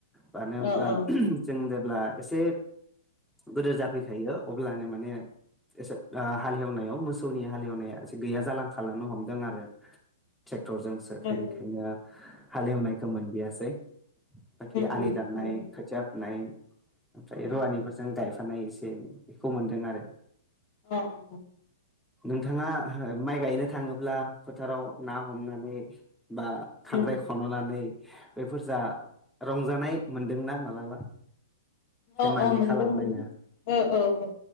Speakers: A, in the centre; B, on the left (about 45°).
A: मानो होनबा
B: औ औ उम ओ ओं
A: जों जेब्ला एसे गोदोर जाफैखायो अब्लानो माने एसे हालेवनायाव मोसौनि हालेवनाया एसे गैया जालांखालांनो हमदों आरो ट्रेक्टरजोंसो
B: नंगौ
A: बेनिखायनो हालेवनायखौ मोनयासै बाखि
B: उम
A: आलि
B: उम
A: दानाय
B: नंगौ
A: खुथिया फुनाय ओमफ्राय
B: उम
A: रुवानिफोरजों
B: उम
A: गायफानाय एसे एनै बेखौ मोन्दों आरो
B: अ अ
A: नोंथाङा माइ गायनो थाङोब्ला फोथाराव ना हमनानै बा खांख्राय
B: उम
A: सननानै बेफोर जा रंजानाय मोनदोंना मालाबा धेमालि
B: अ अ मोनदों
A: खालामलायनो
B: मोनदों औ औ औ